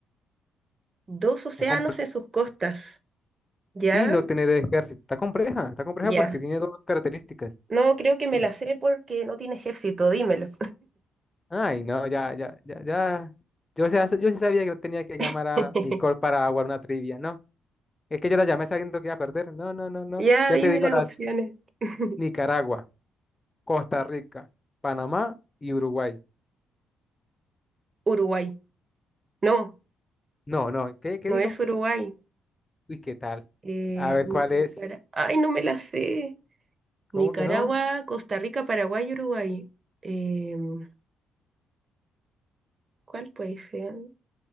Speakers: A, on the right; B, on the left.
A: Dos océanos
B: Está comple-
A: en sus costas. ¿Ya?
B: y no tener ejército, está compleja, está compleja
A: Ya.
B: porque tiene dos características.
A: No, creo que me
B: Mira,
A: la sé porque no tiene ejército, dímelo.
B: Ay, no, ya, ya, ya, ya. Yo, sé- yo sí sabía que no tenía que llamar
A: <laughs>
B: a Nicole para jugar una trivia, no. Es que yo la llamé sabiendo que iba a perder. No, no, no, no.
A: Ya,
B: Ya
A: dime
B: te digo
A: las
B: las
A: opciones. <laughs>
B: Nicaragua. Costa Rica, Panamá y Uruguay.
A: Uruguay. No,
B: No, no, ¿qué, qué
A: no
B: dijo?
A: es Uruguay.
B: Uy, ¿qué tal?
A: Eh,
B: A ver
A: Ni-
B: cuál
A: Nicara-
B: es.
A: Ay, no me las sé. Nicaragua,
B: ¿Cómo que no?
A: Costa Rica, Paraguay, y Uruguay. Em, ¿cuál puede ser?